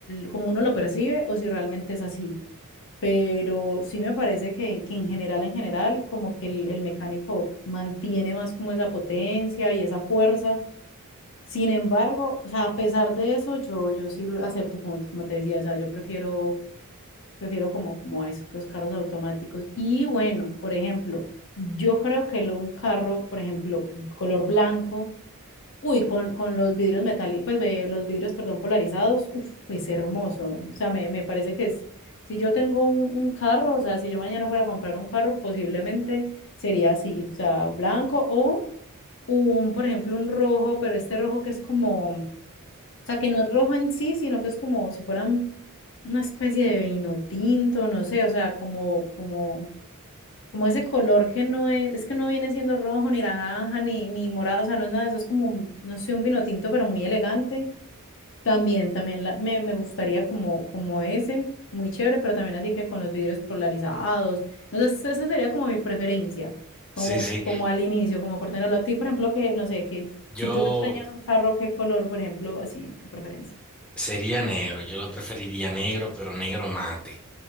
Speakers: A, on the left; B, in the centre.
A: como uno lo percibe o si realmente es así. Pero sí me parece que, que en general, en general, como que el, el mecánico mantiene más como esa potencia y esa fuerza sin embargo, o sea, a pesar de eso, yo, yo sí lo acepto, como, como te decía, o sea, yo prefiero, prefiero como, como a eso, los carros automáticos. Y bueno, por ejemplo, yo creo que lo- un carro, por ejemplo, color blanco, uy, con, con los vidrios metálicos, pues ve, los vidrios, perdón, polarizados, uf, es hermoso. O sea, me, me parece que es, si yo tengo un, un carro, o sea, si yo mañana fuera a comprar un carro, posiblemente sería así, o sea, blanco o un, por ejemplo, un rojo, pero este rojo que es como o sea, que no es rojo en sí, sino que es como si fueran una especie de vino tinto, no sé, o sea, como, como, como ese color que no es, es que no viene siendo rojo, ni naranja, ni, ni morado, o sea, no es nada de eso, es como, un- no sé, un vino tinto, pero muy elegante. También, también la- me, me gustaría como, como ese, muy chévere, pero también así que con los vidrios polarizados. Entonces, esa sería como mi preferencia, como,
B: Sí, sí.
A: como al inicio, como por tenerlo a ti, por ejemplo, que, no sé, que si
B: Yo
A: tú te sueñas un carro, ¿qué color, por ejemplo, así, tu preferencia?
B: sería negro, yo lo preferiría negro, pero negro mate.